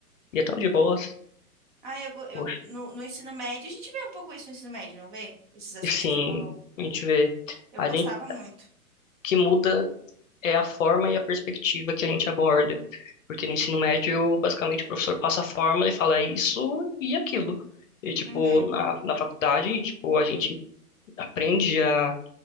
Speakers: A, on the left; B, on the right.
A: e é tão de boas,
B: Ah, eu, go- eu
A: Poxa,
B: no, no ensino médio, a gente vê um pouco isso no ensino médio, não vê? Esses assuntos
A: e sim,
B: que você falou.
A: a gente vê.
B: Eu
A: A
B: gostava
A: gente,
B: muito.
A: que muda é a forma e a perspectiva que a gente aborda. Porque no ensino médio, basicamente, o professor passa a forma e fala é isso e aquilo. E, tipo,
B: Uhum,
A: na, na faculdade, tipo, a gente aprende a,